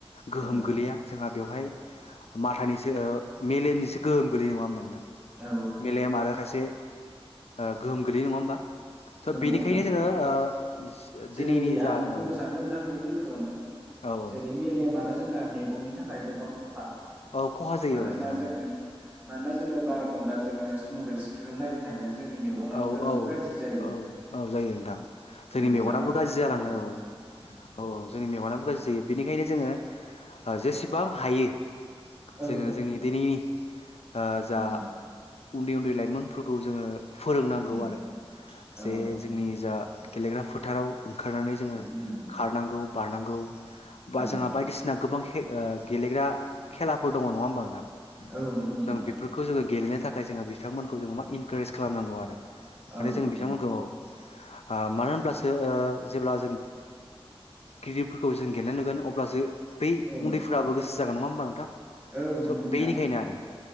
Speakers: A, on the left (about 85°); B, on the right (about 15°).
A: गोहोम
B: औ
A: गोलैया जोंहा बेवहाय माथानिसो ओ मेलेमनिसो गोहोम गोलैयो नङा होमबा नोंथां
B: औ
A: मेलेम आरो खायसे ओ गोहोम गोलैयो नङा होमबा स'
B: नंगौ
A: बिनिखायनो
B: नोंथां नंगौ
A: जोङो ओ
B: जेरै
A: दिनैनि
B: आं
A: जा
B: बुंनो
A: औ
B: सानो नोंथां बेनि गेजेरावनो
A: औ औ
B: जेरै मेलेम आरो जोंहा मेगननि थाखाय गोबां खहा
A: औ खहा जायो
B: मानोना
A: औ नोंथां
B: जोङो
A: औ
B: मानोना जोङो बार' घन्टा जोङो सि मबेल स्क्रिनाव नायबाय थानाया जोंनि मेगनाबो
A: औ
B: गोबां
A: औ
B: गाज्रि जायो
A: औ औ जायो नोंथां जोंनि
B: दे नोंथाङा
A: मेगनाबो गाज्रि
B: बुंफिनदो
A: जालाङो औ औ औ जोंनि मेगनाबो गाज्रि जायो बिनिखाय खायनो जोङो ओ जेसेबां हायो
B: औ
A: जोङो जोंनि दिनैनि ओ जा
B: उम
A: उन्दै उन्दै लाइमोनफोरखौ जोङो फोरोंनांगौ
B: उम
A: आरो
B: औ
A: जे जोंनि जा गेलेग्रा फोथाराव ओंखारनानै जोङो
B: उम
A: खारनांगौ बारनांगौ बा
B: औ
A: जोंहा बायदिसिना गोबां गेलेग्रा खेलाफोर दङ नङा होमबा नोंथां
B: औ दं
A: जों
B: नोंथां
A: बेफोरखौ जोङो गेलेनो थाखाय जोङो बिथांमोनखौ जोङो मा इनकारेज खालामनांगौ आरो माने
B: औ
A: जों बिथांमोनखौ
B: नंगौ
A: औ आ मानो होनब्लासोओ जेब्ला जों गिदिरफोरखौ जों गेलेनाय नुगोन अब्लासो बै
B: औ
A: उन्दैफोराबो गोसो जागोन नङा होमबा नोंथां स
B: औ नंगौ नोंथां
A: बेनिखायनो आरो